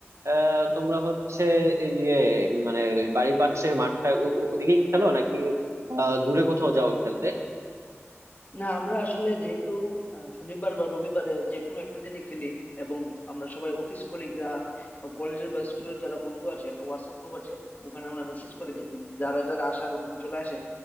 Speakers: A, on the right (about 85°); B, on the left (about 35°).
A: আহ, তোমরা হচ্ছে এই যে মানে বাড়ির পাশে মাঠটা ও- ও- ওদিকেই খেলো নাকি আহ, দূরে কোথাও যাও খেলতে
B: না আমরা আসলে যেহেতু আহ, শনিবার বা রবিবারে যে কোনো একটা দিনে খেলি এবং আমরা সবাই অফিস কলিগরা বা কলেজের বা স্কুলের যারা বন্ধু আছে একটা হোয়াটসঅ্যাপ গ্রুপ আছে ওখানে আমরা মেসেজ করে দিই তো যারা যারা আসার ওখানে চলে আসে